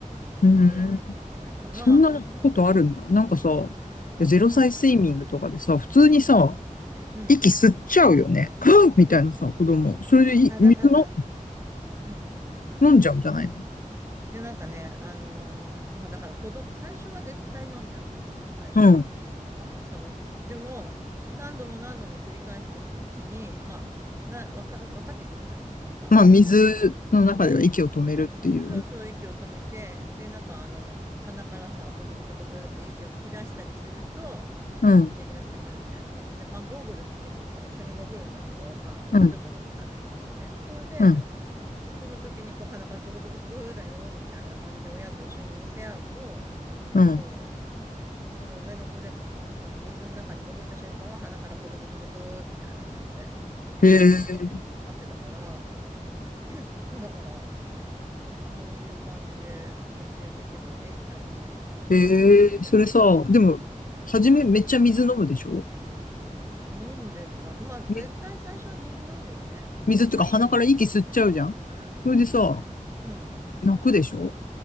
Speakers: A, on the left; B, on the right.
A: うん。
B: 大丈夫なんじゃないかなとは。
A: そんなことあるんだ。なんかさ、いやゼロ歳スイミングとかでさ、
B: うん、
A: 普通にさ、
B: うん。
A: 息吸っちゃうよね。ふっみたいなさ、子供。それでい水の
B: あ、だから、うん。
A: 飲んじゃうんじゃないの
B: で、なんかね、あのーまあ、だから子供、最初は絶対飲んじゃうじゃん。最初は。
A: うん。
B: 一瞬は。その、でも、何度も何度も繰り返していくうちに、まあ、な、わか、わかってくるじゃん、自分が。
A: まあ、
B: あの、
A: 水の中では息を止めるっていう。
B: うんそうそう、息を止めて、で、なんかあの、鼻からさ、ブクブクブクって息を吹き出したりすると、
A: うん。
B: やりやすいよ、みたいな感じで、まあ、ゴーグルつけてさ、一緒に潜るんだけど、まあ、もうちょっと大きくなってくるとね。
A: うん。
B: それで、
A: うん。
B: その時にこう鼻からブクブクブクだよ、みたいな感じで親と一緒に見せ合うと、
A: うん。
B: こう、うちの上の子でもさ、あの、水の中に潜った瞬間は鼻からブクブクブクみたいな感じで、
A: へえ、
B: や、やるようになってたから、<clears throat> だから、そういう感じで教えていけば平気なのかなとは思うけど。
A: へえ、それさ、でも、初めめっちゃ水飲むでしょ
B: 飲んでた。まあ、絶対最初は水飲むよね。
A: み水っていうか鼻から息吸っちゃうじゃんそれでさ、
B: まあ、最初の。うん。
A: 泣くでしょ